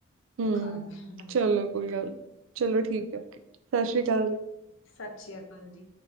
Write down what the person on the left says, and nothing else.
ਔਖਾ ਹੈ
ਸਤਿ ਸ੍ਰੀ ਅਕਾਲ ਜੀ